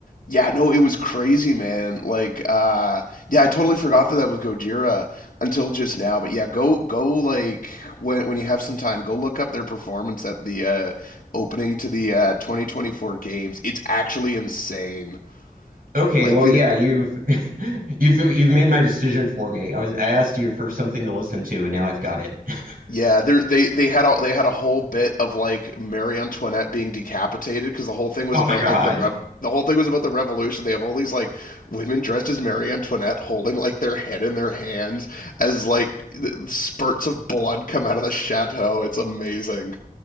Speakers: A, on the left; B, on the right.
A: Yeah, no, it was crazy, man. Like, uh, yeah, I totally forgot that that was Gojira until just now. But yeah, go go like when when you have some time, go look up their performance at the uh, opening to the uh, 2024 games. It's actually insane.
B: Okay,
A: Like
B: well,
A: they,
B: yeah, you've <laughs> you've you've made my decision for me. I was I asked you for something to listen to, and now I've got it. <laughs>
A: yeah, they they they had a, they had a whole bit of like Marie Antoinette being decapitated because the whole thing was
B: Oh
A: about
B: my God,
A: like the rev. The whole thing was about the revolution. They have all these like women dressed as Marie Antoinette holding like their head in their hands as like spurts of blood come out of the chateau. It's amazing.